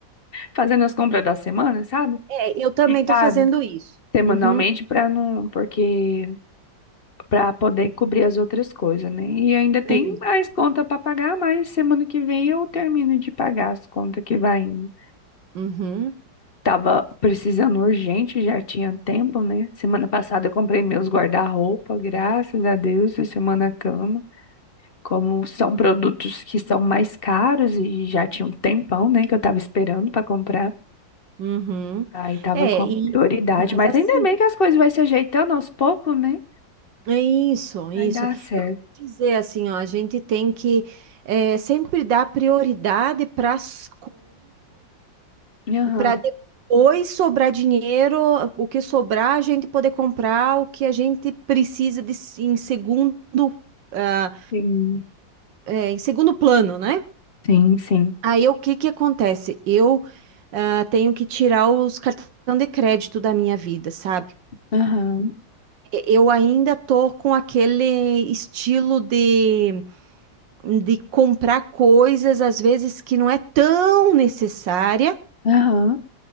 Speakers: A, on the left; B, on the right.
A: Fazendo as compras da semana, sabe?
B: É, eu também
A: Picado
B: tô fazendo isso.
A: semanalmente
B: Uhum,
A: para não, porque para poder cobrir as outras coisas, né? E ainda tem
B: é isso.
A: mais conta para pagar, mas semana que vem eu termino de pagar as contas que vai indo.
B: Uhum,
A: Tava precisando urgente, já tinha tempo, né? Semana passada eu comprei meus guarda-roupa, graças a Deus, e semana cama. Como são produtos que são mais caros e já tinha um tempão, né, que eu tava esperando para comprar.
B: uhum.
A: Aí tava
B: É,
A: com
B: e,
A: prioridade,
B: mas
A: mas
B: assim,
A: ainda bem que as coisas vai se ajeitando aos poucos, né?
B: é isso, é
A: Vai
B: isso.
A: dar certo.
B: Eu vou dizer assim, ó, a gente tem que é, sempre dar prioridade para as
A: Aham,
B: para depois sobrar dinheiro, o que sobrar, a gente poder comprar o que a gente precisa de, em segundo, ah,
A: sim,
B: é, em segundo plano, né?
A: sim, sim.
B: Aí o que que acontece? Eu ah, tenho que tirar os cartões de crédito da minha vida, sabe?
A: Aham,
B: Eu ainda tô com aquele estilo de, de comprar coisas, às vezes, que não é tão necessária
A: aham,